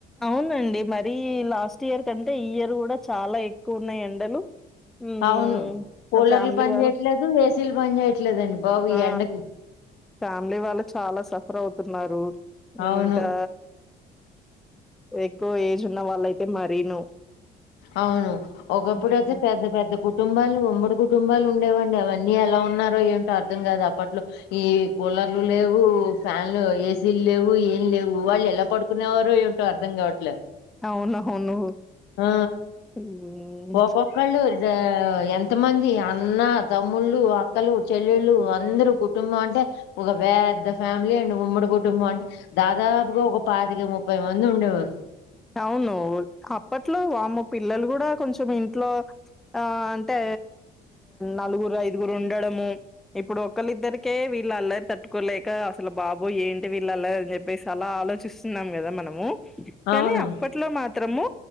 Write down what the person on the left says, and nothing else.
అవును కూలర్లు
పని
జేయట్లేదు ఏసీలు పని జేయట్లేదండి బాబు ఈ
ఎండకి
అవును
అవును ఒకప్పుడు
అయితే పెద్ద పెద్ద కుటుంబాలు ఉమ్మడి కుటుంబాలు ఉండేవండి అవన్నీ ఎలా ఉన్నారో ఏంటో అర్థం కాదు అప్పట్లో ఈ కూలర్లు లేవు ఫ్యాన్లు ఏసీలు లేవు ఏం లేవు వాళ్ళు ఎలా పడుకునేవారో ఏంటో అర్థం కావటం
ఆ
ఒకొక్కళ్ళు ఇ ఎంతమంది అన్న తమ్ముళ్ళు అక్కలు చెల్ెళ్ళు అందరుూ కుటుంబం అంట అంటే ఒక పెద్ద ఫ్యామిలీ అండ్ ఉమ్మడి కుటుంబం అంటే దాదాపుగా ఒక పాదికి ముప్పై మంది ఉండేవారు
అవును